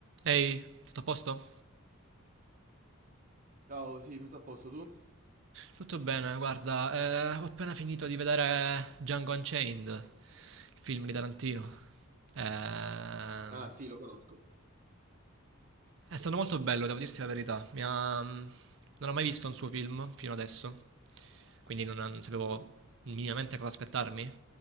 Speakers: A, on the right (about 60°); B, on the right (about 40°).
A: Ehi, tutto a posto?
B: Ciao, sì, tutto a posto tu?
A: Tutto bene, guarda, eh, ho appena finito di vedere Django Unchained, il film di Tarantino. Ehm,
B: Ah, sì, lo conosco.
A: è stato molto bello, devo dirti la verità. Mi ha- mm, non ho mai visto un suo film fino adesso, quindi non, non sapevo
B: Mhm,
A: minimamente cosa aspettarmi.